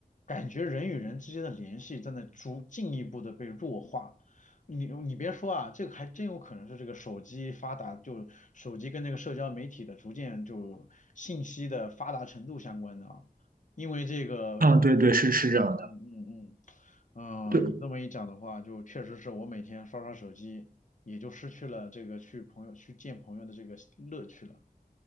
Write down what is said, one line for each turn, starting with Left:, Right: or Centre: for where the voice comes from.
Left: 感觉人与人之间的联系正在逐进一步的被弱化。你你别说啊，这个还真有可能是这个手机发达，就手机跟这个社交媒体的逐渐就信息的发达程度相关的啊。因为这个，
Right: 嗯，对对，
Left: 嗯
Right: 是是这样的，
Left: 嗯嗯
Right: 对
Left: 嗯，你这么一讲的话，就确实是我每天刷刷手机，也就失去了这个去朋友去见朋友的这个乐趣了。